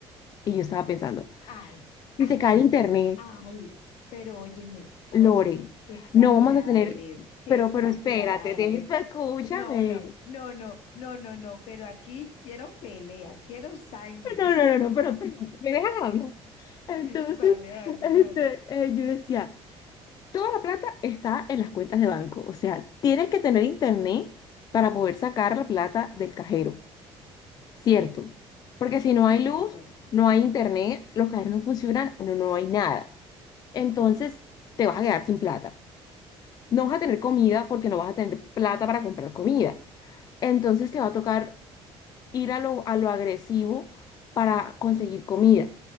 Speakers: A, on the left; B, on the left.
A: y yo estaba pensando.
B: Ay,
A: Si
B: ay,
A: se cae el internet,
B: ay, pero óyeme, óyeme,
A: Lore,
B: qué exagerada
A: no vamos a tener,
B: eres, qué
A: pero,
B: exagerada
A: pero espérate,
B: eres.
A: dejes, pero escúchame.
B: No, no, no, no, no, no, no, pero aquí quiero pelea, quiero sangre.
A: No, no, no, no, pero espérate, me dejas hablar. Entonces,
B: <laughs> Vale, vale,
A: este,
B: vale.
A: eh, yo decía, toda la plata está en las cuentas de banco, o sea, tienes que tener internet para poder sacar la plata del cajero, ¿cierto? Porque si no hay
B: De
A: luz,
B: acuerdo.
A: no hay internet, los cajeros no funcionan, no, no hay nada. Entonces, te vas a quedar sin plata. no vas a tener comida porque no vas a tener plata para comprar comida. Entonces te va a tocar ir a lo, a lo agresivo para conseguir comida.